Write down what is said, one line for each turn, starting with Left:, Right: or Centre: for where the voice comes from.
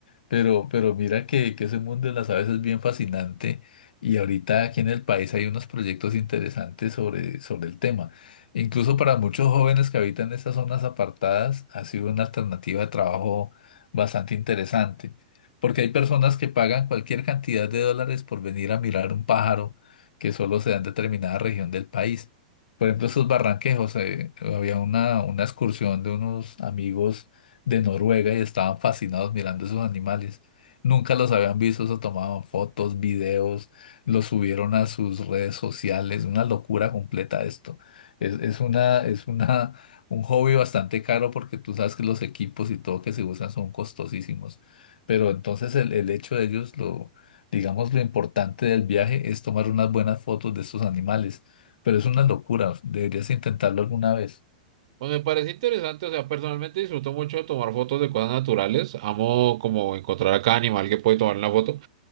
Left: Pero, pero mira que, que ese mundo de las aves es bien fascinante y ahorita aquí en el país hay unos proyectos interesantes sobre, sobre el tema. Incluso para muchos jóvenes que habitan estas zonas apartadas ha sido una alternativa de trabajo bastante interesante, porque hay personas que pagan cualquier cantidad de dólares por venir a mirar un pájaro que solo se da en determinada región del país. Por ejemplo, esos barranquejos, eh, había una, una excursión de unos amigos de Noruega y estaban fascinados mirando esos animales. Nunca los habían visto, se tomaban fotos, videos, los subieron a sus redes sociales, una locura completa esto. Es, es una, es una, un hobby bastante caro porque tú sabes que los equipos y todo que se usan son costosísimos. Pero entonces el, el hecho de ellos, lo, digamos, lo importante del viaje es tomar unas buenas fotos de estos animales. Pero es una locura, deberías intentarlo alguna vez.
Right: Pues me parece interesante, o sea, personalmente disfruto mucho de tomar fotos de cosas naturales. Amo como encontrar a cada animal que puede tomar una foto.